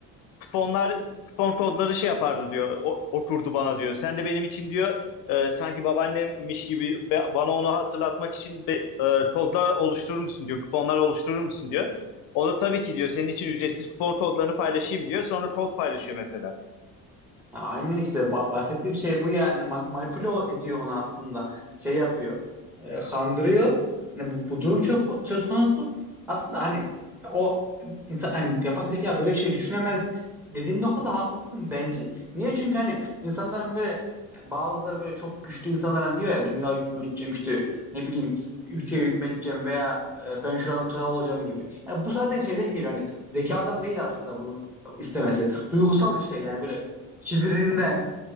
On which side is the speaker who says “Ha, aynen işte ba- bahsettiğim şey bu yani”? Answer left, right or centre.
Centre